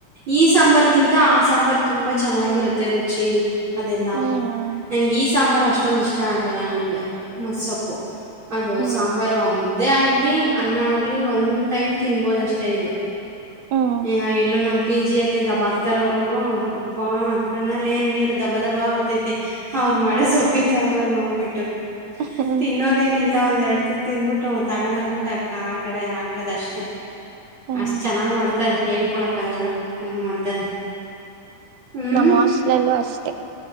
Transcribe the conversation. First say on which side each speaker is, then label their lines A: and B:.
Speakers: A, on the right; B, on the right.
A: ಈ ಸಾಂಬರ್ ಈಗಿಂತ ಆ ಸಾಂಬರ್ ತುಂಬಾ ಚೆನ್ನಾಗಿರುತ್ತೆ ರುಚಿ ಅದೆಲ್ಲ
B: ಹ್ಮ್
A: ನನಗ ಈ ಸಾಂಬಾರ್ ಅಷ್ಟ ಅಷ್ಟೊಂದ ಇಷ್ಟ ಆಗಲ್ಲ ನನ್ಗೆ ಮಸ್ಸೊಪ್ಪು ಅದು
B: ಹ್ಮ್
A: ಸಾಂಬಾರೊ ಮು ಅದೇ ಆಗ್ಲಿ ಅನ್ನ ಆಗ್ಲಿ ಒಂದ್ ಟೈಮ್ ತಿನ್ಬೋದಷ್ಟೇ ಇದು
B: ಹ್ಮ್
A: ಹ್ ಎಲ್ಲೂ ನಮ್ ಪಿ ಜಿ ಎಲ್ಲಿ ತಬಾಕ್ ತರ ಅವರು. ಯಪ್ಪಾ ಕಣ್ಣಲ್ಲಿ ಏನ್ ನೀರ್ ದಬ ದಬ ಅವ್ರು ಮಾಡೋ ಸೊಪ್ಪಿನ ಸಾಂಬಾರ ನೋಡ್ಬಿಟ್ಟು.
B: ಹ್ಮ್
A: ತಿನ್ನೋದೇನ ಇಲ್ಲ ಒಂದ. ಎರಡು ತುತ್ತು ತಿಂದು ಬಿಟ್ಟು ತಗೊಂಡ್ ಹೋಗಿ ಬಿಟ್ಟು ಆ ಕಡೆ ಆ ಕಡೆ ಹಾಕೋದಷ್ಟೇ.
B: ಹ್ಮ್
A: ಅಷ್ಟ್ ಚೆನ್ನಾಗ್ ಮಾಡ್ತಾರೆ ಹೇಳ್ ಕೊಳಕ್ಕಾಗಲ್ಲ ಹಂಗೆ ಮಾಡ್ತಾರೆ. ಹ್ಮ್
B: ನಮ್ಮ ಹಾಸ್ಟೆಲ್ ಲಲೂ ಅಷ್ಟೆ.